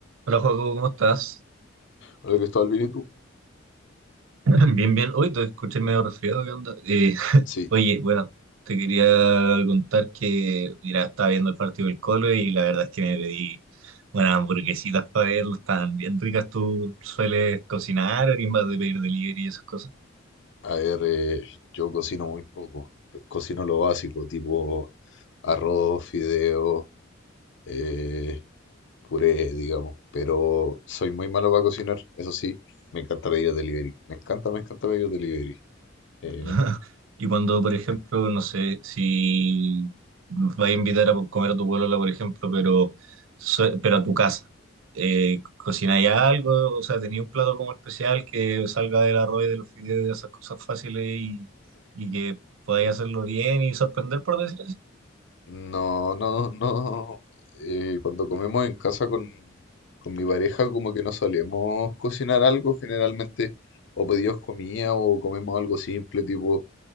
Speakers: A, on the right; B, on the left.
A: Hola, Joaco, ¿cómo estás?
B: Hola Cristóbal, ¿bien y tú?
A: <laughs> Bien, bien. Hoy te escuché medio resfriado, ¿qué onda? Eh, <laughs>
B: Sí,
A: oye, bueno, te quería contar que, mira, estaba viendo el partido del Colo y la verdad es que me pedí unas hamburguesitas para verlo, estaban bien ricas. ¿Tú sueles cocinar, eres más de pedir delivery y esas cosas?
B: a ver, eh, yo cocino muy poco. Cocino lo básico, tipo arroz, fideos, eh, puré, digamos. Pero soy muy malo para cocinar, eso sí, me encanta pedir delivery. Me encanta, me encanta pedir delivery. Eh,
A: <laughs> Y cuando, por ejemplo,
B: en-
A: no sé, si vas a invitar a comer a tu pueblo, por ejemplo, pero, so- pero a tu casa, eh, ¿cocináis algo? O sea, ¿tenéis un plato como especial que salga del arroz y de los fideos, de esas cosas fáciles y, y que podáis hacerlo bien y sorprender, por decir así?
B: no, no, no. eh, cuando comemos en casa con, con mi pareja, como que no solemos cocinar algo, generalmente o pedimos comida o comemos algo simple, tipo